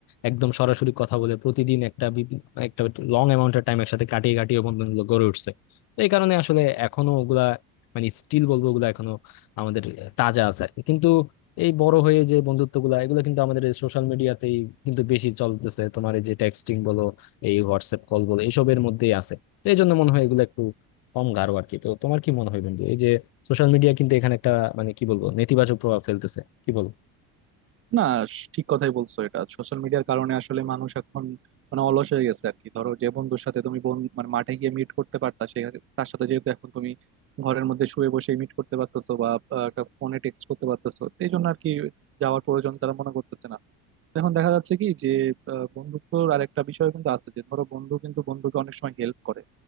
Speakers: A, on the left; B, on the right.
A: একদম সরাসরি কথা বলে প্রতিদিন একটা বিভি- একটা লং অ্যামাউন্টের টাইম একসাথে কাটিয়ে কাটিয়ে বন্ধনগুলো গড়ে উঠছে তো এই কারণে আসলে এখনো ওগুলা মানে স্টিল বলবো ওগুলা এখনো আমাদের তাজা আছে আর কি। কিন্তু এই বড় হয়ে যে বন্ধুত্বগুলা এগুলো কিন্তু আমাদের সোশ্যাল মিডিয়াতেই কিন্তু বেশি চলতেছে তোমার এই যে টেক্সটিং বলো এই হোয়াটসঅ্যাপ কল বলো এইসবের মধ্যেই আছে তো এই জন্য মনে হয় এগুলো একটু কম গাঢ় আর কি তো তোমার কি মনে হয় বন্ধু এই যে সোশ্যাল মিডিয়া কিন্তু এখানে একটা মানে কি বলবো নেতিবাচক প্রভাব ফেলতেছে কি বল
B: না স- ঠিক কথাই বলছো এটা সোশ্যাল মিডিয়ার কারণে আসলে মানুষ এখন মানে অলস হয়ে গেছে আর কি ধরো যে বন্ধুর সাথে তুমি বন মানে মাঠে গিয়ে মিট করতে পারতা সে তার সাথে যেহেতু এখন তুমি ঘরের মধ্যে শুয়ে বসে মিট করতে পারতেছো বা ফোনে টেক্সট করতে পারতেছো এই জন্য আর কি যাওয়ার প্রয়োজন তারা মনে করতেছে না এখন দেখা যাচ্ছে কি যে আহ, বন্ধুত্বর আর একটা বিষয় কিন্তু আছে যে ধরো বন্ধু কিন্তু বন্ধুকে অনেক সময় হেল্প করে